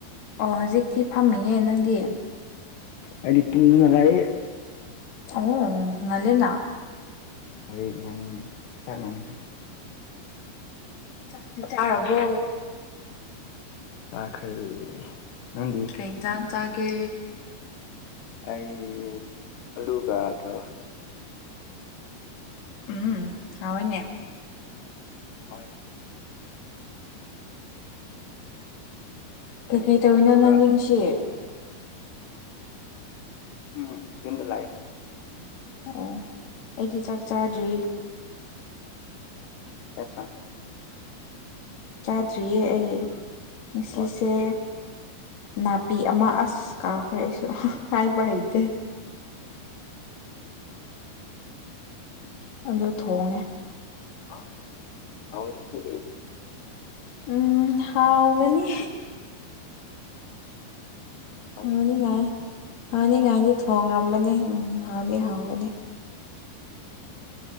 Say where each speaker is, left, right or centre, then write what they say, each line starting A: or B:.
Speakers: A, on the left; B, on the left.
A: ꯑꯣ ꯍꯧꯖꯤꯛꯇꯤ ꯐꯝꯃꯤꯌꯦ ꯅꯪꯒꯤ
B: ꯑꯩꯗꯤ ꯇꯨꯝꯅꯤꯡꯉ ꯂꯥꯌꯦ
A: ꯑ ꯑꯣ ꯉꯂꯦꯅ
B: ꯍꯧꯌꯤ ꯅꯪ ꯈꯔ ꯉꯟꯈ꯭ꯔꯦ
A: ꯆꯥꯛꯇꯤ ꯆꯥꯔꯕꯣ
B: ꯇꯈ꯭ꯔꯤ ꯅꯪꯗꯤ
A: ꯀꯩ ꯏꯟꯖꯥꯡ ꯆꯥꯒꯦ
B: ꯑꯩ ꯑꯂꯨꯒꯥꯗꯣ
A: ꯎ ꯎꯝ ꯍꯥꯎꯢꯅꯦ
B: ꯍꯣꯏ
A: ꯀꯩꯀꯩ
B: ꯅꯪꯗꯤ
A: ꯇꯧꯋꯤꯅꯣ
B: ꯆꯥꯈ꯭ꯔꯕ꯭ꯔꯥ
A: ꯅꯪꯗꯤ ꯉꯁꯤ
B: ꯎꯝ ꯌꯨꯝꯗ ꯂꯥꯏꯌꯦ
A: ꯑꯣ ꯑꯩꯗꯤ ꯆꯥꯛ ꯆꯥꯗ꯭ꯔꯤ
B: ꯑꯆꯥꯥ
A: ꯆꯥꯗ꯭ꯔꯤꯌꯦ ꯑꯩ ꯉꯁꯤꯁꯦ
B: ꯑꯣ
A: ꯅꯥꯄꯤ ꯑꯃ ꯑꯁ ꯀꯥꯎꯈ꯭ꯔꯦ ꯑꯩꯁꯨ ꯍꯥꯏꯕ ꯍꯩꯇꯦ ꯑꯗꯨ ꯊꯣꯡꯉꯦ
B: <unintelligible>
A: ꯎꯝ ꯍꯥꯎꯒꯅꯤ
B: ꯍꯥꯎꯒꯅꯤ
A: ꯍꯥꯎꯅꯤꯡꯉꯥꯏ ꯍꯥꯎꯅꯤꯡꯉꯥꯏꯗꯤ ꯊꯣꯡꯡꯂꯝꯕꯅꯦ ꯎꯝ ꯍꯥꯎꯗꯤ ꯍꯥꯎꯒꯅꯤ